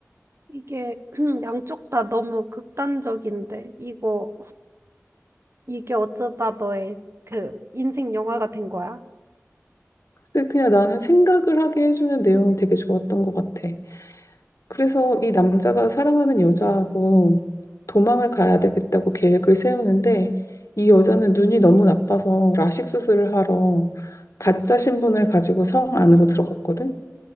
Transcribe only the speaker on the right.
이게 <clears throat> 양쪽 다 너무 극단적인데, 이거, 이게 어쩌다 너의 그 인생 영화가 된 거야?
음,